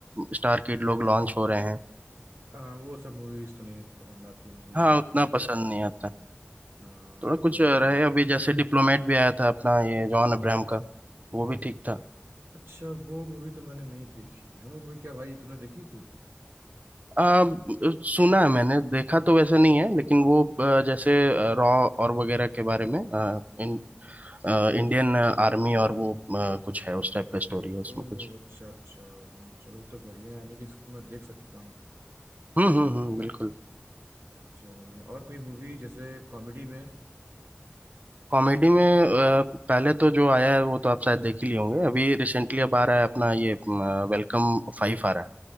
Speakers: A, on the right; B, on the right.
A: स्टार किड लोग लॉन्च हो रहे हैं
B: हाँ, हाँ, वो सब मूवीज तो नहीं पसंद आती मुझे ये
A: हाँ
B: सब
A: उतना पसंद नहीं आता
B: हाँ
A: थोड़ा कुछ रहे अभी जैसे डिप्लोमेट भी आया था अपना ये जॉन अब्राहम का वो भी ठीक था
B: अच्छा वो मूवी तो मैंने नहीं देखी है वो मूवी क्या भाई तूने देखी थी
A: आ, सुना है मैंने देखा तो वैसा नहीं है लेकिन वो अ, जैसे रॉ और वगैरह के बारे में अ, इन, अ, इंडियन आर्मी और वो अ, कुछ है उस टाइप का स्टोरी है उसमें
B: ओह
A: कुछ
B: अच्छा अच्छा हाँ चलो तो बढ़िया है यानी कि इसको मैं देख सकता हूँ
A: हम्म हम्म हम्म बिल्कुल
B: चलो बढ़िया और कोई मूवी जैसे कॉमेडी में
A: कॉमेडी में अ, पहले तो जो आया है वो तो आप शायद देख ही लिए होंगे अभी रिसेंटली अब आ रहा है अपना ये वेलकम फाइव आ रहा